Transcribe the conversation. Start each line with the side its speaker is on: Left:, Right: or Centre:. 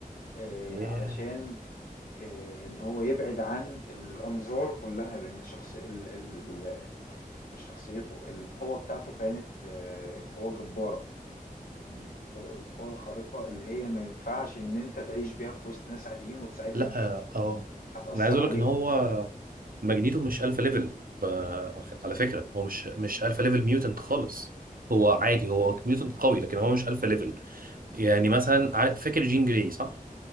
Left: آآ
Right: ياه.
Left: علشان آآ إن هو يبعد عن الأنظار كلّها، لإن شخص ال ال مش شخصيته، القوة بتاعته كانت آه، قوة جبارة، من الق القوى الخارقة اللي هي ما ينفعش إن أنت تعيش بيها في وسط ناس عاديين وتساعدهم
Right: لا
Left: بيها،
Right: اه آه.
Left: هتأثّر
Right: انا عايز اقول
Left: عليهم.
Right: لك ان هو ماجنيتو مش الفا ليفل ب... على فكره هو مش مش الفا ليفل ميوتنت خالص هو عادي هو ميوتنت قوي لكن هو مش الفا ليفل يعني مثلا عارف- فاكر جين جراي صح